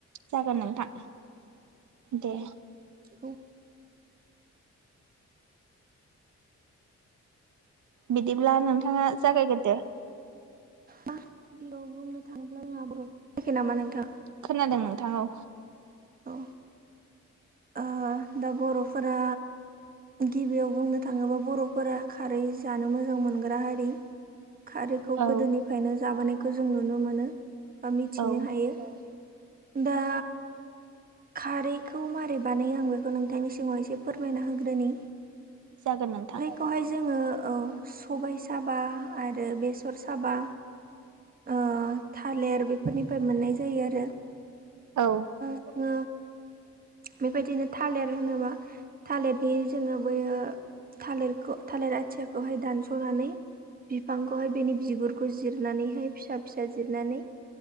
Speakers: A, on the right (about 85°); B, on the right (about 30°).
A: जागोन नोंथां दे
B: औ
A: बिदिब्ला नोंथाङा जागायगोरदो
B: मा बेयाव बुंनो थाङोब्ला आं <unintelligible> जायाखै नामा नोंथां?
A: खोनादों नोंथां औ।
B: औ ओ दा बर'फोरा गिबियाव बुंनो थाङोब्ला बर'फोरा खारै जानो मोजां मोनग्रा हारि खारैखौ
A: औ
B: गोदोनिफ्रायनो जाबोनायखौ जों नुनो मोनो बा मिथिनो
A: औ
B: हायो। दा खारैखौ मारै बानायो आं बेखौ नोंथांनि सिगाङाव एसे फोरमायना होग्रोनि।
A: जागोन नोंथां।
B: बेवहाय जोङो औ सबाय साबा आरो बेसर साबा ओ थालिर बेफोरनिफ्राय मोननाय जायो आरो।
A: औ
B: ओ बेबायदिनो थालिर होनोबा थालिरनि जोङो बैयो थालिरखौ थालिर आथियाखौहाय दानस'नानै बिफांखौहाय बेनि बिगुरखौ जिरनानैहाय फिसा फिसा जिरनानै